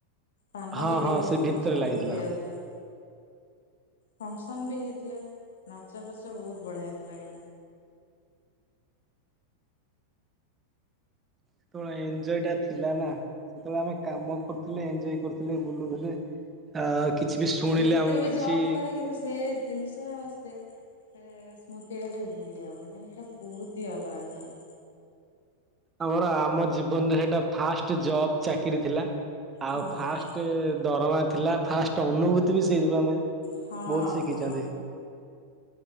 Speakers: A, on the left (about 60°); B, on the right (about 20°).
A: ପାନ
B: ହଁ
A: ବି
B: ହଁ
A: ଦିଆ ହଉଥିଲା,
B: ସେ ଭିତରେ
A: ସବୁ
B: ଲାଗିଥିଲା।
A: ଦିଆ ହଉଥିଲା। ଫଂକ୍ସନ୍ ବି ହେଇଥିଲା, ନାଚ ଫାଚ ବହୁତ୍ ବଢ଼ିଆ ହେଇଥିଲା କି
B: ସେତବେଳେ ଏଞ୍ଜୟଟା ଥିଲା ନା, ସେତବେଳେ ଆମେ କାମ କରୁଥିଲେ। ଏଞ୍ଜୟ କରୁଥିଲେ ବୁଲୁଥିଲେ ଆ କିଛି ବି ଶୁଣିଲେ
A: ଯେତେ
B: ଆମକୁ
A: ବି
B: କିଛି
A: ଜବ୍ କରେ କିନ୍ତୁ ସେ ଜିନିଷ ଆଉ ସେ ସେ ସ୍ମୃତି <unintelligible> ଭୁଲି ହେବନି କାହିଁକି ନା ସେଇଟା ବହୁତ୍ ହିଁ ଅଲଗା ଥିଲା।
B: ଆମର ଆମ ଜୀବନରେ ସେଇଟା ଫାଷ୍ଟ ଜବ୍ ଚାକିରି ଥିଲା। ଆଉ
A: ହଁ।
B: ଫାଷ୍ଟ ଦରମା ଥିଲା, ଫାଷ୍ଟ ଅନୁଭୂତି ବି ସେଇଥିରୁ ଆମେ
A: ହଁ
B: ବହୁତ୍ ସିଖିଛନ୍ତି।
A: ହଁ